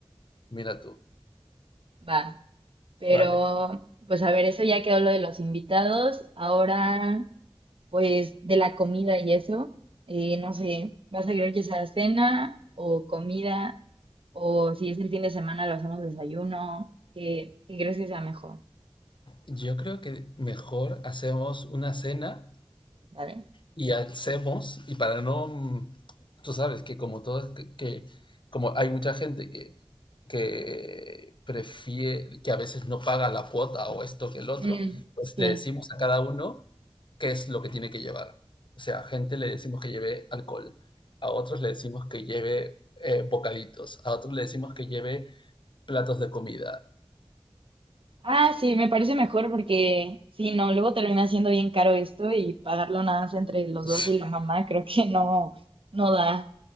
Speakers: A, on the left; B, on the right.
A: mira tú,
B: Va. Pero,
A: vale.
B: pues a ver, eso ya quedó lo de los invitados. Ahora, pues de la comida y eso. eh, no sé, ¿vas a querer que sea cena o comida? O si es el fin de semana, lo hacemos desayuno. ¿Qué, qué crees que sea mejor?
A: Yo creo que mejor hacemos una cena
B: ¿Vale?
A: y hacemos, y para no, mm, tú sabes que como todo, que, que como hay mucha gente que, que prefiere, que a veces no paga la cuota o esto que el otro,
B: Mm,
A: pues
B: sí.
A: le decimos a cada uno qué es lo que tiene que llevar. O sea, a gente le decimos que lleve alcohol, a otros le decimos que lleve eh, bocaditos, a otros le decimos que lleve platos de comida.
B: Ah, sí, me parece mejor porque si no, luego termina siendo bien caro esto y pagarlo nada más entre
A: <laughs>
B: los dos y la mamá, creo que no, no da.